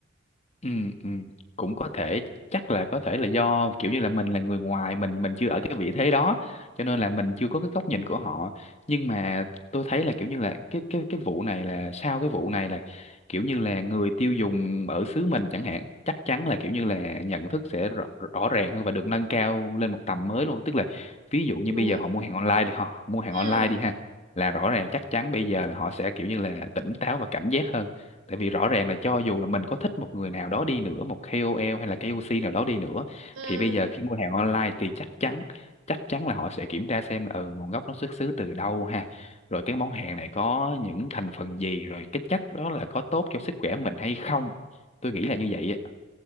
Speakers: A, on the left; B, on the right.
A: ừ ừ cũng có thể chắc là có thể là do kiểu như là mình là người ngoài mình mình chưa ở cái vị thế đó cho nên là mình chưa có cái góc nhìn của họ nhưng mà tôi thấy là kiểu như là cái cái cái vụ này là sau cái vụ này là kiểu như là người tiêu dùng ở xứ mình chẳng hạn chắc chắn là kiểu như là nhận thức sẽ rõ, rõ ràng hơn và được nâng cao lên một tầm mới luôn tức là ví dụ như
B: Đúng
A: bây giờ họ mua hàng online đi họ mua hàng
B: Ừ,
A: online đi ha là rõ ràng chắc chắn bây giờ là họ sẽ kiểu như là tỉnh táo và cảnh giác hơn tại vì rõ ràng là cho dù là mình có thích một người nào đó đi nữa một KOL hay là KOC nào đó đi nữa
B: ừ
A: thì bây giờ khi mua hàng online thì chắc chắn chắc chắn là họ sẽ kiểm tra xem là ừ, nguồn gốc nó xuất xứ từ đâu ha rồi cái món hàng này có những thành phần gì rồi cái chất đó là có tốt cho sức khỏe mình hay không tôi nghĩ là như vậy á